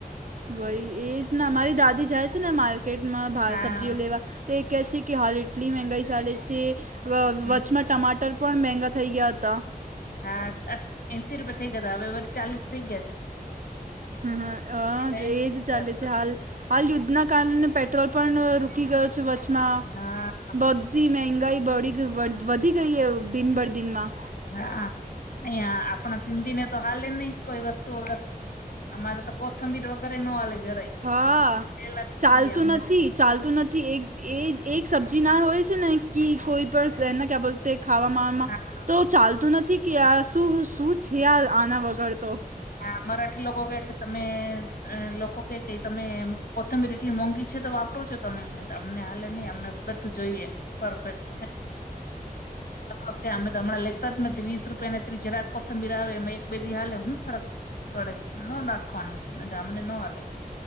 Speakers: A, on the right (about 55°); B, on the left (about 75°).
A: ભાઈ એજ ને અમારી દાદી જાય છે ને માર્કેટમાં
B: હા
A: સબ્જીઓ લેવા. તે કહે છે કે હાલ એઇટલી મંગાઈ ચાલે છે
B: હમ
A: વચમાં ટમાટર પણ મેગા થઈ ગયા હતા.
B: હા એસી રૂપિયા થઈ, ગયા હવે એ માથી ચાલીસ થઇ ગયા છે.
A: હ
B: પેલા એસી
A: એજ
B: રૂપિયા
A: ચાલે
B: હતા.
A: છે, હાલ યુદ્ધના કારણે પેટ્રોલ પણ રૂકી ગયો. વચમાં
B: હા
A: બોવ એ મંગાઈ બી વધી ગઈ એ દિનભર દિનમાં.
B: હા અહિયાં આપણા સિંધી ને તો હાલે જ નહી કોઈ વસ્તુ વગર. અમારે તો કોથમીર વગર પણ નો હાલે જરાય
A: હા,
B: પેલા
A: ચાલતું
B: જોઈએ અમને
A: નથી.
B: તો
A: ચાલતું નથી એક એ એક સબ્જી ના હોય છે. ને કે કોઈ પણ એને ક્યાં બોલતે ખાવામાં
B: હા
A: તો ચાલતું નથી કે આ શું શું છે. આના વગર તો
B: હ મરાઠી લોકો કે કે તમે એ લોકો કેઇકે તમે કોથમીર આટલી મોંઘી છે. તોપ વાપરો છો તમે અમને હાલે નહી અમને તો બધું જોઈએ. પર્ફેક્ટ ઓકે અમે હમણાં લેતા જ નથી વીસ રૂપિયા ને જરાક કોથમીર આવે એમાં એક બે દિવસ હાલે એમાં હું ફરક પડે ન નાખવાની અમને ન હાલે.